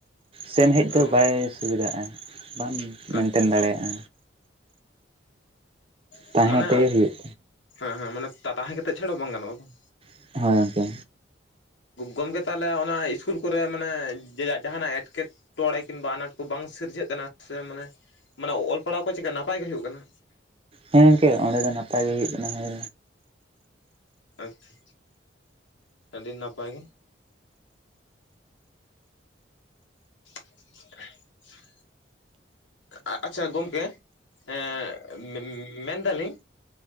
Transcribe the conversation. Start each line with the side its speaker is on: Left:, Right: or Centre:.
Right: ᱥᱮᱱᱦᱮᱡ
Left: ᱦᱮᱸ
Right: ᱫᱚ
Left: ᱚ
Right: ᱵᱟᱭ ᱥᱩᱵᱤᱫᱷᱟᱜᱼᱟ᱾ ᱵᱟᱢ ᱢᱮᱱᱴᱮᱱ
Left: ᱟᱪᱪᱷᱟ
Right: ᱫᱟᱲᱮᱭᱟᱜᱼᱟ᱾
Left: ᱦᱮᱸ
Right: ᱛᱟᱦᱮᱸ
Left: ᱢᱟᱱᱮ
Right: ᱛᱮᱜᱮ ᱦᱩᱭᱩᱜ
Left: ᱦᱮᱸ ᱦᱮᱸ ᱢᱟᱱᱮ ᱛᱟ-ᱛᱟᱦᱮᱸ ᱠᱟᱛᱮᱜ ᱪᱷᱟᱲᱟ ᱵᱟᱝ ᱜᱟᱱᱚᱜᱼᱟ ᱵᱟᱝ᱾
Right: ᱛᱟᱢᱟ᱾ ᱦᱳᱭ ᱜᱚᱝᱠᱮ
Left: ᱜᱚᱢᱠᱮ ᱛᱟᱦᱚᱞᱮ ᱚᱱᱟ ᱤᱥᱠᱩᱞ ᱠᱚᱨᱮ ᱢᱟᱱᱮ ᱡᱮ ᱡᱟᱦᱟᱱᱟᱜ ᱮᱴᱠᱮᱴᱚ ᱴᱚᱲᱮ ᱠᱤᱢᱵᱟ ᱟᱱᱟᱴ ᱠᱚ ᱵᱟᱝ ᱥᱤᱨᱡᱟᱹᱜ ᱠᱟᱱᱟ ᱥᱮ ᱢᱟᱱᱮ ᱢᱟᱱᱮ ᱚᱞ ᱯᱟᱲᱦᱟᱣ ᱠᱚ ᱪᱤᱠᱠᱟ ᱱᱟᱯᱟᱭ ᱜᱮ ᱦᱩᱭᱩᱜ ᱠᱟᱱᱟ?
Right: ᱦᱮᱸ ᱜᱚᱝᱠᱮ ᱚᱸᱰᱮ ᱫᱚ ᱱᱟᱯᱟᱭ ᱜᱮ ᱦᱩᱭᱩᱜ ᱠᱟᱱᱟ ᱦᱳᱭ᱾
Left: ᱟᱪᱪᱷᱟ ᱟᱹᱰᱤ ᱱᱟᱯᱟᱭ ᱜᱮ᱾᱾ <unintelligible> ᱟ-ᱟᱪᱪᱷᱟ ᱜᱚᱢᱠᱮᱸ ᱮᱜ‌ ᱢᱮ-ᱢᱮᱱᱫᱟᱞᱤᱧ